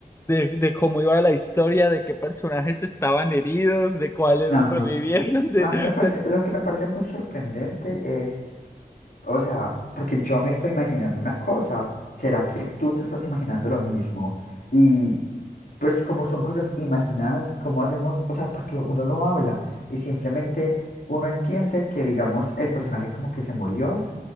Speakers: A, on the left (about 15°); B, on the left (about 70°).
A: de, de cómo iba la historia, de qué personajes estaban heridos, de cuáles
B: Ajá.
A: revivieron, <laughs> de,
B: A mí me parece,
A: de-
B: lo que me parece muy sorprendente es, o sea, porque yo me estoy imaginando una cosa, ¿será que tú te estás imaginando lo mismo? Y pues como son cosas imaginadas, ¿cómo hacemos? O sea, porque uno no habla y simplemente uno entiende que, digamos, el personaje como que se murió